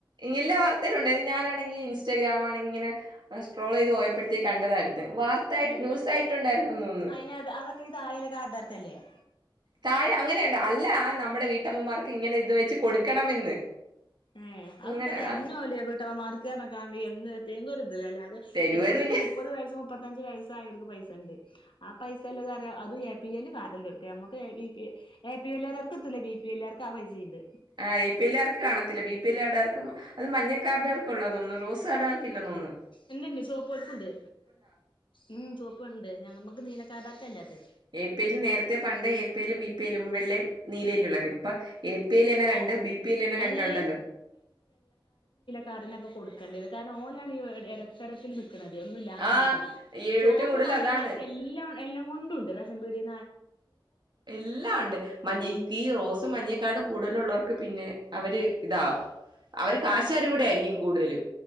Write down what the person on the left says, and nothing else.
എന്നിട്ട്
അയിന് അതൊക്കെ ഈ താഴെയുള്ള കാർഡാർക്കല്ലേ
ഉം അതൊക്കെ
തെരഞ്ഞോലിയ വീട്ടമ്മ മാർക്ക് രനെക്കാണ്ടി എന്ന് ഏങ്കുരുത് അല്ലാതെ
ഇപ്പൊ ഒരു മുപ്പത് വയസ്സ് മുപ്പത്തഞ്ച് വയസ്സായവർക്ക് പൈസണ്ട് ആ പൈസല്ല ത് ര അ എ. പി. എൽ കാർഡല്ലാം എട്ക്ക് മ്മ്ക്ക് A. B. P A. P. എല്ലർക്കത്തില്ല ബി. പി. എല്ലാർക്ക് ആ പൈസണ്ട്
എന്തെണ്ട് ചെവപ്പ് കാർഡ് ഉണ്ട് ഉം ചെവപ്പ് ഉണ്ട് നമ്മക്ക് നീല കാർഡ്കാർക്കായില്ലാത്തെ
ആഹ്
ആഹ്
ഓ
അയിന്
കാട്നാപ്പൊ കൊട്ക്കണ്ടയേത് കാരണം ഓലാണീ എടത്തരത്തിൽ നി ക്ക്‌ണത് ഒന്നുല്ലാ
നിക്ക്ണത്
ചോപ്പും
മഞ്ഞക്കാർക്കും
എല്ലും എല്ലങ്കോണ്ടുംണ്ട് റേഷൻ പീട്യേ